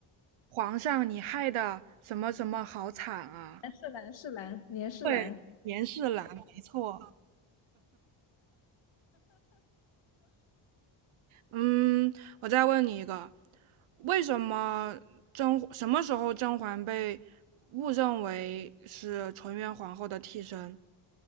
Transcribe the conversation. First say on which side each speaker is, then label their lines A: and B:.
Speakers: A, on the right (about 75°); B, on the left (about 65°).
A: 皇上你害的什么什么好惨啊！
B: 蓝是蓝是蓝，年是蓝。
A: 对，严世兰，没错。嗯，我再问你一个，为什么甄什么时候甄嬛被误认为是纯元皇后的替身？